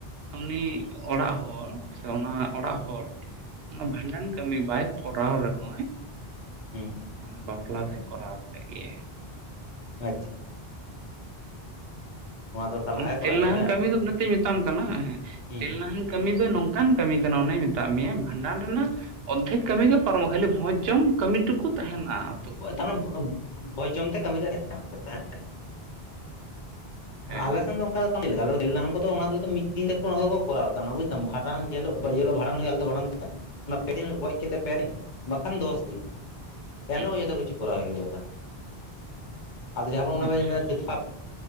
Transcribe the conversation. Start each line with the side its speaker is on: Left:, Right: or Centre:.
Right: ᱩᱱᱤ ᱚᱲᱟᱜ ᱦᱚᱲ ᱥᱮ ᱚᱱᱟ ᱚᱲᱟᱜ ᱦᱚᱲ ᱚᱱᱟ ᱵᱷᱟᱸᱰᱟᱱ ᱠᱟᱹᱢᱤ ᱵᱟᱭ ᱠᱚᱨᱟᱣ ᱨᱮᱦᱚᱸᱭ
Left: ᱦᱩᱸ
Right: ᱢᱟᱱᱮ ᱵᱟᱯᱞᱟ ᱫᱚᱭ ᱠᱚᱨᱟᱣ ᱠᱮᱫ ᱜᱮᱭᱟ ᱾
Left: ᱟᱪᱪᱷᱟ ᱫᱚ ᱛᱟᱞᱦᱟᱭ
Right: ᱚᱱᱟ
Left: ᱠᱚᱨᱟᱣ
Right: ᱛᱮᱞ
Left: ᱦᱩᱭᱩᱜᱼᱟ
Right: ᱱᱟᱦᱟᱱ
Left: ᱦᱮᱸ
Right: ᱠᱟᱹᱢᱤ ᱫᱚ ᱚᱱᱟᱛᱤᱧ ᱢᱮᱛᱟᱢ ᱠᱟᱱᱟ
Left: ᱦᱩᱸ
Right: ᱛᱮᱞ ᱱᱟᱦᱟᱱ ᱠᱟᱹᱢᱤ ᱫᱚ ᱱᱚᱝᱠᱟᱱ ᱠᱟᱹᱢᱤ ᱠᱟᱱᱟ ᱚᱱᱟᱧ ᱢᱮᱛᱟᱫ ᱢᱮᱭᱟ ᱵᱷᱟᱸᱰᱟᱱ ᱨᱮᱱᱟᱜ ᱚᱨᱫᱷᱮᱠ ᱠᱟᱹᱢᱤ ᱜᱮ ᱯᱟᱨᱚᱢᱚᱜ ᱠᱷᱟᱹᱞᱤ ᱵᱷᱚᱡᱽ ᱡᱚᱢ ᱠᱟᱹᱢᱤ ᱴᱩᱠᱩ ᱛᱟᱦᱮᱱᱟ ᱾
Left: <unintelligible> ᱛᱟᱨ ᱢᱟᱱᱮ ᱵᱷᱚᱡᱽ ᱡᱚᱢ ᱛᱮ ᱠᱟᱹᱢᱤ ᱫᱚ <unintelligible>
Right: ᱦᱮᱸ
Left: ᱟᱞᱮ ᱥᱮᱱ ᱫᱚ ᱚᱱᱠᱟ ᱪᱮᱫ ᱞᱮᱠᱟ ᱟᱞᱮ ᱫᱚ ᱛᱮᱞ ᱱᱟᱦᱟᱱ ᱠᱚ ᱫᱚ ᱚᱱᱟ ᱫᱚ ᱢᱤᱫ ᱫᱤᱱ ᱛᱮ ᱠᱚ ᱠᱚᱨᱟᱣ ᱛᱟᱦᱮᱱᱟ ᱵᱩᱡᱫᱟᱢ, ᱵᱷᱟᱰᱟᱱ ᱡᱮ ᱦᱮᱞᱳᱜ ᱡᱮ ᱦᱮᱞᱳᱜ ᱵᱷᱟᱰᱟᱱ ᱦᱳᱭᱳᱜᱼᱟ ᱟᱞᱮ ᱫᱚ ᱵᱷᱟᱰᱟᱱ ᱪᱮᱠᱟ ᱚᱱᱟ ᱯᱮ ᱫᱤᱱ ᱜᱚᱡ ᱠᱟᱛᱮᱫ ᱯᱮ ᱫᱤᱱ ᱵᱟᱠᱷᱟᱱ ᱫᱚᱥ ᱫᱤᱱ ᱾ ᱮᱱ ᱦᱤᱞᱚᱜ
Right: ᱦᱩᱸ
Left: ᱜᱮ ᱡᱚᱛᱚ ᱠᱤᱪᱷᱩ ᱠᱚᱨᱟᱣ ᱦᱩᱭᱩᱜᱼᱟ ᱾ ᱟᱫᱚ ᱡᱟᱦᱟᱸ ᱵᱚᱱ
Right: ᱟᱪᱪᱷᱟ ᱟᱪᱪᱷᱟ
Left: <unintelligible>